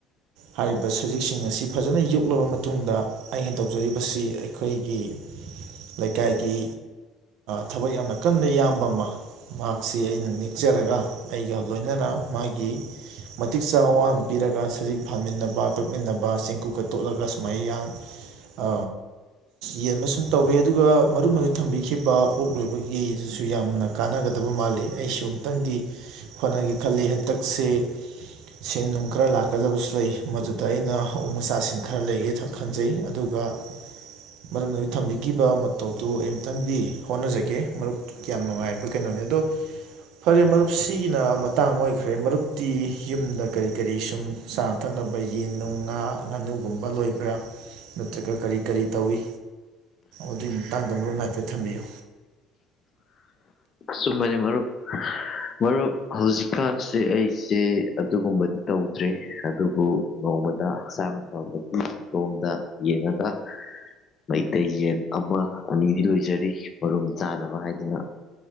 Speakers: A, on the right; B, on the left.
A: ꯍꯥꯏꯔꯤꯕ ꯁꯖꯤꯛꯁꯤꯡ ꯑꯁꯤ ꯐꯖꯅ ꯌꯣꯛꯂꯕ ꯃꯇꯨꯡꯗ ꯑꯩꯅ ꯇꯧꯖꯔꯤꯕꯁꯤ ꯑꯩꯈꯣꯏꯒꯤ ꯂꯩꯀꯥꯏꯒꯤ ꯊꯕꯛ ꯌꯥꯝꯅ ꯀꯟꯅ ꯏꯌꯥꯝꯕ ꯑꯃ ꯃꯍꯥꯛꯁꯤ ꯑꯩꯅ ꯅꯦꯛ ꯆꯔꯒ ꯑꯩꯒ ꯂꯣꯏꯅꯅ ꯃꯥꯒꯤ ꯃꯇꯤꯛ ꯆꯥ ꯑꯋꯥ ꯃꯟ ꯄꯤꯔꯒ ꯁꯖꯤꯛ ꯐꯥꯃꯤꯟꯅꯕ ꯀꯛꯃꯤꯟꯅꯕ ꯆꯦꯡꯀꯨꯞꯀ ꯇꯣꯠꯂꯒ ꯁꯨꯃꯥꯏꯅ ꯌꯥꯝ ꯑ ꯌꯦꯟꯕ ꯁꯨꯝ ꯇꯧꯋꯤ ꯑꯗꯨꯒ ꯃꯔꯨꯞ ꯃꯨ ꯊꯝꯕꯤꯈꯤꯕ ꯑꯣꯛ ꯂꯣꯏꯕꯒꯤꯗꯨꯁꯨ ꯌꯥꯝꯅ ꯀꯥꯟꯅꯒꯗꯕ ꯃꯥꯜꯂꯤ ꯑꯩ ꯁꯨꯝ ꯇꯪꯗꯤ ꯍꯣꯠꯅꯒꯦ ꯈꯜꯂꯤ ꯍꯟꯇꯛꯁꯦ ꯁꯦꯟ ꯅꯨꯡ ꯈꯔ ꯂꯥꯛꯀꯗꯕꯁꯨ ꯂꯩ ꯃꯗꯨꯗ ꯑꯩꯅ ꯑꫭꯛ ꯃꯆꯥꯁꯤꯡ ꯈꯔ ꯂꯩꯒꯦ ꯈꯟꯖꯩ ꯑꯗꯨꯒ ꯃꯔꯝ ꯊꯝꯕꯤꯈꯤꯕ ꯃꯇꯧꯗꯨꯣ ꯑꯩꯝꯇꯪꯗꯤ ꯍꯣꯠꯅꯖꯒꯦ ꯃꯔꯨꯞ ꯌꯥꯝꯌꯥꯝ ꯅꯨꯡꯉꯥꯏꯕ ꯀꯩꯅꯣꯅꯤ ꯑꯗꯣ ꯐꯔꯦ ꯃꯔꯨꯞ ꯁꯤꯒꯤꯅ ꯃꯇꯥꯡ ꯑꯣꯏꯈ꯭ꯔꯦ ꯃꯔꯨꯞꯇꯤ ꯌꯨꯝꯗ ꯀꯔꯤ ꯀꯔꯤ ꯁꯨꯝ ꯆꯥꯅ ꯊꯛꯅꯕ ꯌꯦꯟ ꯅꯨꯡ ꯉꯥ ꯉꯥꯅꯨꯒꯨꯝꯕ ꯂꯣꯏꯕ꯭ꯔꯥ ꯅꯠꯇ꯭ꯔꯒ ꯀꯔꯤ ꯀꯔꯤ ꯇꯧꯏ꯫ ꯑꯗꯨꯒꯤ ꯃꯇꯥꯡꯗ ꯑꯃꯣ ꯍꯥꯏꯐꯦꯠ ꯊꯝꯕꯤꯌꯨ
B: ꯆꯨꯝꯕꯅꯤ ꯃꯔꯨꯞ ꯃꯔꯨꯞ ꯍꯧꯖꯤꯛꯀꯥꯟꯁꯦ ꯑꯩꯁꯦ ꯑꯗꯨꯒꯨꯝꯕꯗꯤ ꯇꯧꯗ꯭ꯔꯦ ꯑꯗꯨꯕꯨ ꯅꯣꯡꯃꯗ ꯍꯛꯆꯥꯡ ꯐꯕꯒꯤ ꯂꯣꯝꯗ ꯌꯦꯡꯉꯒ ꯃꯩꯇꯩ ꯌꯦꯟ ꯑꯃ ꯑꯅꯤꯗꯤ ꯂꯣꯏꯖꯔꯤ ꯃꯔꯨꯝ ꯆꯥꯅꯕ ꯍꯥꯏꯗꯨꯅ